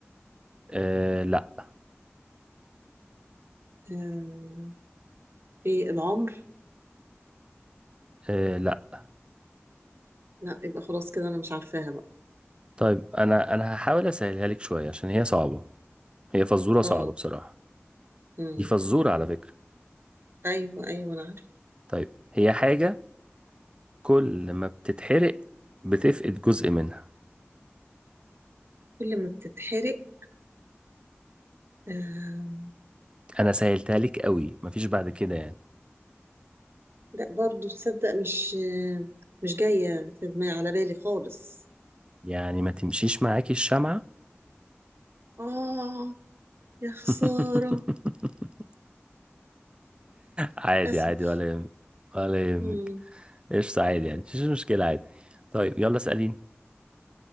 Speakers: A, on the right; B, on the right.
A: آه، لا
B: آه ايه العمر
A: آه لا
B: لا يبقى خلاص كده انا مش عارفاها بقى
A: طيب انا انا هحاول اسهلها لك شوية عشان هي صعبة هي فزورة صعبة
B: اه
A: بصراحة
B: مم.
A: دي فزورة على فكرة
B: ايوه ايوه ما انا عارفه
A: طيب هي حاجة كل ما بتتحرق بتفقد جزء منها
B: كل ما بتتحرق آه
A: انا سهلتها لك قوي مفيش بعد كده يعني
B: لا برضو تصدق مش آه مش جايه في دماغي على بالي خالص
A: يعني ما تمشيش معاكي الشمعة
B: اه يا
A: <laughs>
B: خساره
A: عادي
B: للاسف
A: عادي ولا يهمك ولا يهمك
B: مم.
A: قشطة عادي يعني مفيش مشكلة عادي طيب يلا اسأليني